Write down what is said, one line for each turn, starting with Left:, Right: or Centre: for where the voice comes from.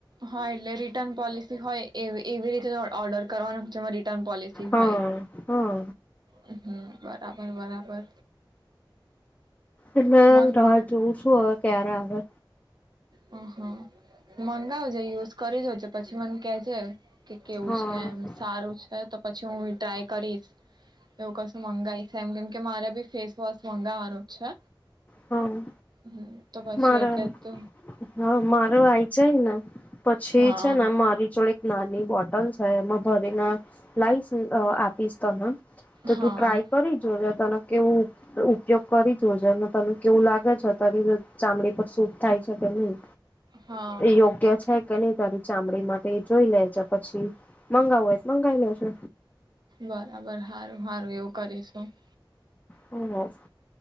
Right: હા એટલે રિટર્ન પોલિસી હોય એ એવી રીતે ઓર્ડર કરવાનું જેમાં રી રીટન પોલીસી
Left: હા
Right: હોય.
Left: હા
Right: હમમ બરાબર બરાબર.
Left: એટલે
Right: મં
Left: રાહ જોવું શું હવ ક્યારે આવે?
Right: હા હા મન <unintelligible> જે યુઝ કરી દેજે પછી મને કેહજે. કે કેવું
Left: હા
Right: છે એમ સારું છે તો પછી હું ટ્રાય કરીશ. એવું કસું મંગાય છે એમનેમ કે મારે બી ફેસ વોશ મંગાવવાનું છે.
Left: હા
Right: હમ તો પછી
Left: મારે
Right: એટલે જ તો
Left: હા! મારું આઈ જાયને પછી
Right: હા
Left: છે ને, મારી જોળે નાની બોટલ છે એમાં ભરીને લાઈશ, અ આપીશ તને તો
Right: હા
Left: તું ટ્રાય કરી જો જે તને કેવું ઉપયોગ કરી જો જે ને, તને કેવું લાગે છે તારી રી ચામડી પર સૂટ થાય છે કે ની
Right: હા
Left: એ યોગ્ય છે કે નહી તારી ચામડી માટે જોઈ લે છે, પછી મંગાવું હોય મંગાવી લેજો.
Right: બરાબર હારું હારું એવું કરીશું.
Left: હમ <unintelligible>